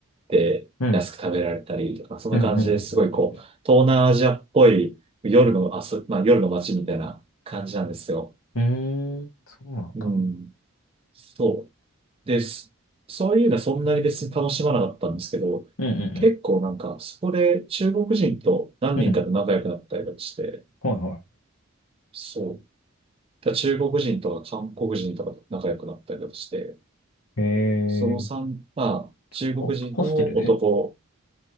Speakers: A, on the right; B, on the left.
A: て、
B: うん、うん、
A: 安く食べられたりとか、そんな感じですごいこう、
B: うん、うん。
A: 東南アジアっぽい夜の遊び、まあ、夜の街みたいな感じなんですよ。
B: うん、うーんそうなんだ。
A: うん。そう。で、すそういうのはそんなに別に楽しまなかったんですけど、
B: うん、う
A: 結構なんか、そこで中国人と何人かと仲良くなったりとかして、
B: ん、うん。うん、はい、は
A: そう。だから中国人とか韓国人とかと仲良くなったりとかして、
B: い。ええー、
A: その三まあ、中国人の男、
B: ホ、ホステルで